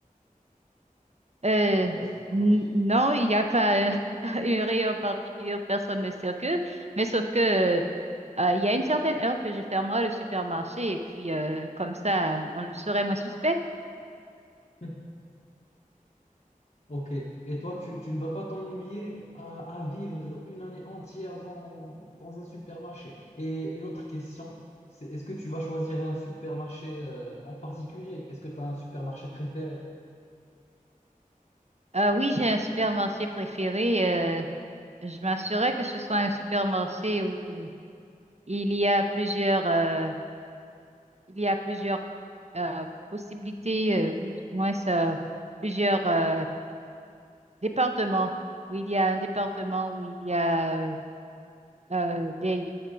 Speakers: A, on the right; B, on the left.
A: Euh,
B: dans le supermarché?
A: n- non, il n'y a pas euh, <laughs> une rayon particulier où personne ne circule, mais sauf que euh, euh, il y a une certaine heure que je fermerai le supermarché et puis euh, comme ça, on serait moins suspect.
B: <laughs> Ok. Et toi, tu, tu ne vas pas t'ennuyer à, à vivre une année entière dans, dans un supermarché. Et une autre question, c'est est-ce que tu vas choisir un supermarché euh, en particulier? Est-ce que tu as un supermarché préféré?
A: Euh, oui, j'ai un supermarché préféré. euh, je m'assurerai que ce soit un supermarché où il y a plusieurs, euh, il y a plusieurs euh, possibilités euh, ou du moins euh, plusieurs euh, Département, où il y a un département où il y a euh, euh, des